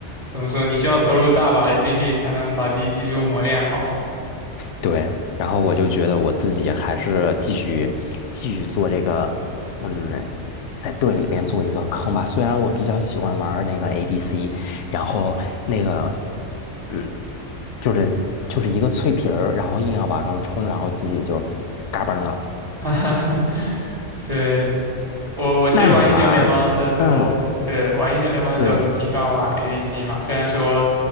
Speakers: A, on the right; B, on the left.
A: 怎么说？你需要投入大把的精力才能把自己技术磨练好。
B: 对，然后我就觉得我自己还是继续继续做这个，嗯，在队里面做一个坑吧。虽然我比较喜欢玩儿那个 ADC，然后那个，嗯，就是就是一个脆皮儿，然后硬要往上冲，然后自己就嘎嘣了。
A: <laughs> 哈哈，对，我我其实玩英雄联盟的时候，
B: 那你玩儿？嗯，
A: 对，玩英雄联盟的时候也挺喜欢玩
B: 对。
A: ADC 嘛，虽然说